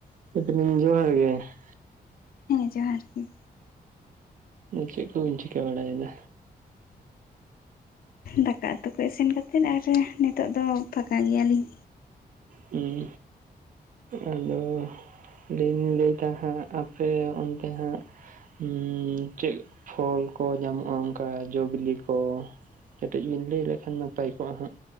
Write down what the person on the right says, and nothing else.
<unintelligible>
ᱪᱮᱫ ᱠᱚ ᱵᱤᱱ ᱪᱤᱠᱟᱹ ᱵᱟᱲᱟᱭᱮᱫᱟ᱾
ᱦᱩᱸ ᱟᱫᱚ ᱞᱮᱧ ᱫᱚ ᱞᱟᱹᱭᱮᱫᱟ ᱦᱟᱸᱜ, ᱟᱯᱮ ᱚᱱᱛᱮ ᱦᱟᱸᱜ ᱦᱩᱸ ᱪᱮᱫ ᱯᱷᱚᱞ ᱠᱚ ᱧᱟᱢᱚᱜᱼᱟ᱾ ᱚᱱᱠᱟ ᱡᱚ ᱵᱤᱞᱤ ᱠᱚ? ᱠᱟᱹᱮᱴᱤᱡ ᱵᱮᱤᱱ ᱞᱟᱹᱭ ᱞᱮᱠᱷᱟᱱ ᱱᱟᱯᱟᱭ ᱠᱚᱜᱼᱟ ᱦᱟᱸᱜ,